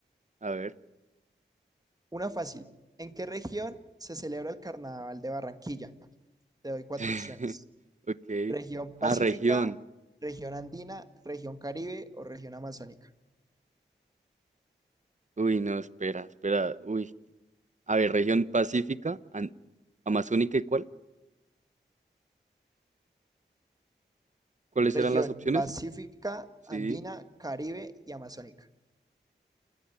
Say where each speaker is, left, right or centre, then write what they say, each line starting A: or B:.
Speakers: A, on the right; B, on the right.
A: A ver.
B: Una fácil. ¿En qué región se celebra el Carnaval de Barranquilla? Te doy cuatro
A: <laughs>
B: opciones.
A: Ok.
B: Región
A: Ah,
B: Pacífica,
A: región.
B: región andina, región Caribe o región amazónica.
A: Uy, no, espera, espera. Uy. A ver, región pacífica, an- amazónica y cuál? ¿Cuáles
B: Región
A: eran las opciones?
B: Pacífica,
A: Sí,
B: andina, Caribe y amazónica.